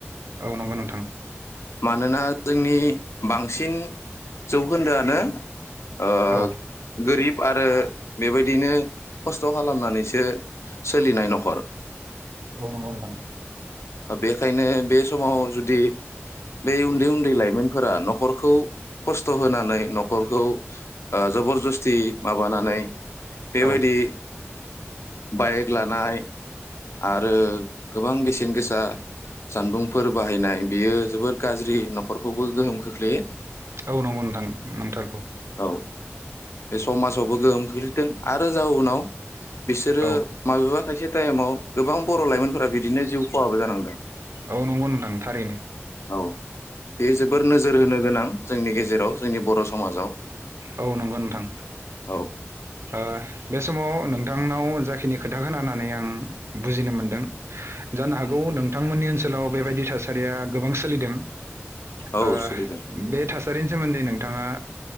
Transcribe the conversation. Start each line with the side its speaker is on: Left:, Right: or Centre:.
Right: औ नंगौ नोंथां।
Left: मानोना जोंनि बांसिन जौखोन्दोआनो ओ
Right: औ
Left: गोरिब आरो बेबायदिनो खस्थ खालामनानैसो सोलिनाय न'खर
Right: औ नंगौ नोंथां।
Left: बेखायनो बे समाव जुदि बे उन्दै उन्दै लाइमोनफोरा नखरखौ खस्थ होनानै न'खरखौ जबरजस थि माबानानै बेबायदि
Right: औ
Left: बाइक लानाय आरो गोबां बेसेन गोसा जानबुंफोर बाहायनाय बियो जोबोद गाज्रि न'खरखौबो गोहोम खोख्लैयो।
Right: औ नंगौ नोंथां नंथारगौ।
Left: औ बे समाजावबो गोहोम खोख्लैदों आरो जाउनाव बिसोरो
Right: औ
Left: माबेबा खायसे टाइमाव गोबां बर' लाइमोनफोरा बिदिनो जिउ खहाबो जानांदों।
Right: औ नंगौ नोंथां थारैनो।
Left: औ बे जोबोर नोजोर होनो गोनां जोंनि गेजेराव जोंनि बर' समाजाव
Right: औ नंगौ नों थां
Left: औ
Right: ओ बे समाव नोंथांनाव जाखिनि खोथा खोनानानै आं बुजिनो मोनदों जानो हागौ नोंथांमोननि ओनसोलाव बेबायदि था सारिया गोबां सोलिदों
Left: औ
Right: ओ
Left: सोलिदों
Right: बे थासा रिनि सोमोन्दै नोंथाङा